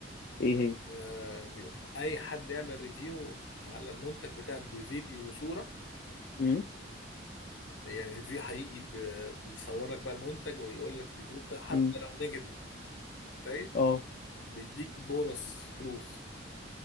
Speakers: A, on the left; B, on the left.
A: ايه هي؟
B: آه، بي- أي حد يعمل ريفيو على المنتج بتاعك بفيديو وصورة
A: امم
B: يعني ريفيو حقيقي ب- بيصور لك بقى المنتج ويقول لك الريفيو بتاع حتى
A: امم
B: لو نيجاتيف أنت متخيل
A: اه
B: بيديك بونص فلوس